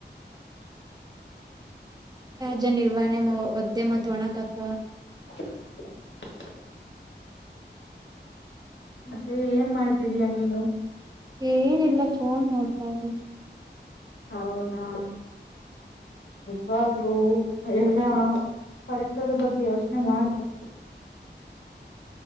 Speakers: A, on the right (about 20°); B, on the left (about 85°).
A: ಜ ನಿರ್ವಹಣ್ಯ ಮತ್ತೆ ಮತ್ತು ಒಣ ಕಸ
B: <unintelligible> ಮತ್ತೆ ಏನ್ ಮಾಡ್ತಿದಯ ನೀನು
A: ಏನಿಲ್ಲ ಫೋನ್ ನೋಡ್ತಾ ಇದೀನಿ
B: ಹೌದಾ ನಿಜವಾಗ್ಲೂ ಎಲ್ಲಾ ಪರಿಸರದ ಬಗ್ಗೆ ಯೋಚನೆ ಮಾಡ್ಬೇಕು